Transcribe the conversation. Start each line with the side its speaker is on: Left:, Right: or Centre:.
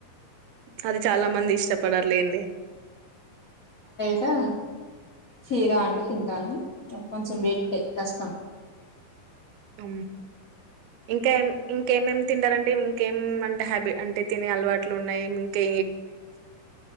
Right: అది చాలా మంది ఇష్టపడారులేండి
Left: ట హీరా అంటే తింటాను కొంచెం పెట్టే కష్టం
Right: అ ఇంకాం ఇంకేమేమి తింటారంటే ఇంకేం అంటే హ్యాబి అంటే తినే అలవాట్లు ఉన్నాయి ఇంకే